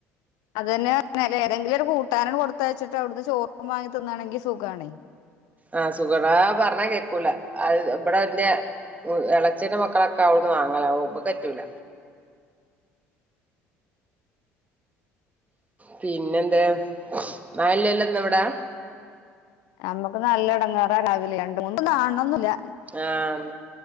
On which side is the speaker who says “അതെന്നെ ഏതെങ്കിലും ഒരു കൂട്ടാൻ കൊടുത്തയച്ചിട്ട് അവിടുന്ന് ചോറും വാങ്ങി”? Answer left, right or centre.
Left